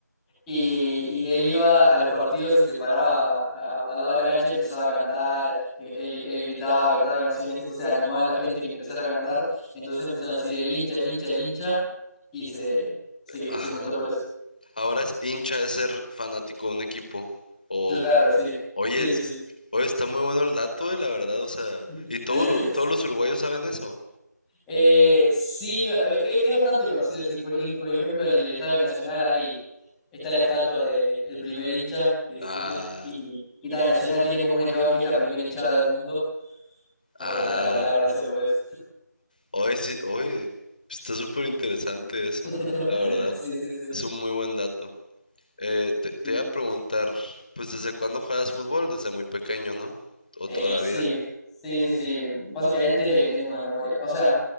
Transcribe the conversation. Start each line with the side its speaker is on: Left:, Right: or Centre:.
Centre: Y, y él iba a los partidos y se paraba a- a- al lado de la cancha y empezaba a cantar, él, él gritaba, cantaba canciones, entonces animaba a la gente que empezara a cantar, entonces empezaron a decir el hincha, el hincha, el hincha, y se, se,
Left: Ajá.
Centre: se inventó por eso.
Left: Ahora es hincha es ser fanático de un equipo. O,
Centre: Claro, sí,
Left: oye,
Centre: sí,
Left: es-
Centre: sí, sí.
Left: oye, está muy bueno el dato, eh, la verdad. O sea,
Centre: <laughs>
Left: ¿y todo Uru- todos los uruguayos saben eso?
Centre: Eh, sí, eh, es bastante conocido, sí. Por, y, por ejemplo, en el Estadio Nacional hay, está la estatua del primer hincha, que
Left: Ah.
Centre: se dice, y, y también Nacional tiene como un eslogan que es la primera hinchada del mundo. Porque
Left: Ah,
Centre: tal la palabra nació por eso.
Left: hoy sí, hoy está súper interesante eso,
Centre: <laughs>
Left: la verdad.
Centre: Sí, sí, sí.
Left: Es un muy buen dato. Eh, te, te
Centre: Sí,
Left: iba
Centre: sí.
Left: a preguntar, pues ¿desde cuándo juegas fútbol? Desde muy pequeño, ¿no? O
Centre: Eh,
Left: toda la
Centre: sí,
Left: vida.
Centre: sí, sí, sí. Básicamente desde que tengo memoria. O sea,